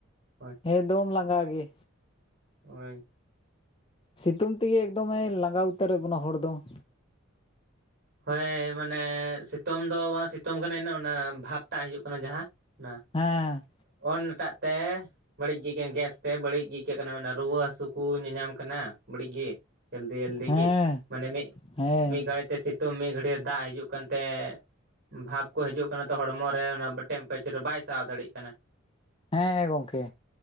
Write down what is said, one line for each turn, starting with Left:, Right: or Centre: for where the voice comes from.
Right: ᱦᱳᱭ,
Left: ᱮᱠᱫᱚᱢ ᱞᱟᱸᱜᱟ ᱜᱮ᱾
Right: ᱦᱳᱭ
Left: ᱥᱤᱛᱩᱝ ᱛᱮᱜᱮ ᱮᱠᱫᱚᱢᱮ ᱞᱟᱸᱜᱟᱣ ᱩᱛᱟᱹᱨᱮᱫ ᱵᱚᱱᱟ ᱦᱚᱲ ᱫᱚ ᱾
Right: ᱦᱳᱭ ᱢᱟᱱᱮ ᱥᱤᱛᱩᱝ ᱫᱚ ᱵᱟᱝ ᱥᱤᱛᱩᱝ ᱠᱟᱱᱟ ᱤᱱᱟᱹ ᱚᱱᱟ ᱵᱷᱟᱵᱽᱴᱟᱜ ᱦᱤᱡᱩᱜ ᱠᱟᱱᱟ ᱡᱟᱦᱟᱸ ᱚᱱᱟ,
Left: ᱦᱮᱸᱻ
Right: ᱚᱱᱟᱴᱟᱜ ᱛᱮ ᱵᱟᱹᱲᱤᱡ ᱜᱮ ᱟᱹᱭᱠᱟᱹᱜ ᱜᱮᱥ ᱛᱮ ᱵᱟᱹᱲᱤᱡ ᱜᱮ ᱟᱹᱭᱠᱟᱹᱜ ᱠᱟᱱᱟ ᱨᱩᱣᱟᱹ ᱦᱟᱥᱩ ᱠᱚ ᱧᱟᱧᱟᱢ ᱠᱟᱱᱟ ᱵᱟᱹᱲᱤᱡ ᱜᱮ ᱾ ᱡᱟᱞᱫᱤ ᱡᱟᱞᱫᱤ
Left: ᱦᱮᱸ
Right: ᱜᱤ ᱢᱟᱱᱮ ᱢᱮ
Left: ᱦᱮᱸ
Right: ᱢᱤᱫ ᱜᱷᱟᱲᱤ ᱛᱮ ᱥᱤᱼᱼ ᱛᱚ ᱢᱤᱫ ᱜᱷᱟᱹᱲᱤᱡ ᱫᱟᱜ ᱦᱤᱡᱩᱜ ᱠᱟᱱ ᱛᱮ ᱵᱷᱟᱯ ᱠᱚ ᱦᱤᱡᱩᱜ ᱠᱟᱱᱟ ᱛᱚ ᱦᱚᱲᱢᱚ ᱨᱮ ᱚᱱᱟ ᱴᱮᱢᱯᱮᱨᱮᱪᱟᱨ ᱵᱟᱭ ᱥᱟᱦᱟᱣ ᱫᱟᱲᱮᱭᱟᱜ ᱠᱟᱱᱟ ᱾
Left: ᱦᱮᱸ ᱜᱚᱝᱠᱮ